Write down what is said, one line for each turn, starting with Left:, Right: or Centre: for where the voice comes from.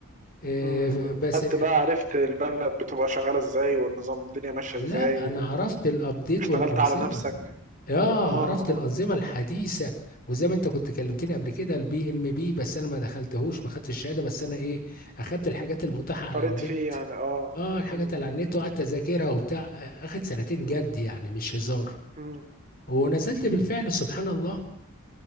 Left: آه،
Right: مم. مم.
Left: بس
Right: خدت بقى عرفت البلد بتبقى شغالة ازاي والنظام الدنيا ماشية
Left: لا
Right: ازاي
Left: انا
Right: و...
Left: عرفت الابديت
Right: اشتغلت
Left: والانظمه
Right: على نفسك
Left: اه
Right: اه
Left: عرفت
Right: اه
Left: الانظمه الحديثه
Right: مم.
Left: وزي ما انت كنت كلمتني قبل كده البي ام بي بس انا ما دخلتهوش ما خدتش الشهاده بس انا ايه اخدت الحاجات المتاحه على
Right: قريت
Left: النت
Right: فيه يعني اه
Left: اه الحاجات
Right: مم.
Left: اللي على النت وقعدت اذاكرها وبتاع آه، اخد سنتين
Right: مم.
Left: جد يعني مش هزار
Right: مم.
Left: ونزلت بالفعل سبحان الله